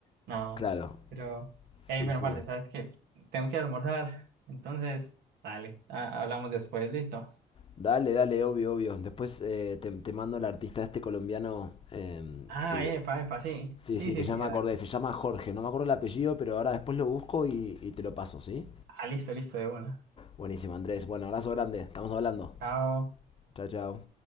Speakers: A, on the right; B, on the left.
A: no,
B: Claro.
A: pero,
B: Sí,
A: hey, bueno,
B: sí.
A: parte, ¿sabes qué? Tengo que ir a almorzar, entonces, dale, a- hablamos después, listo.
B: Dale, dale, obvio, obvio. Después eh, te, te mando el artista este colombiano em,
A: Ah,
B: que...
A: epa, epa, sí,
B: Sí,
A: sí,
B: sí,
A: sí,
B: que ya
A: sí,
B: me
A: dale,
B: acordé. Se llama Jorge. No me acuerdo el apellido, pero ahora después lo busco y, y te lo paso, ¿sí?
A: ah, listo, listo, de una,
B: Buenísimo, Andrés. Bueno, abrazo grande. Estamos hablando.
A: chao.
B: Chao, chao.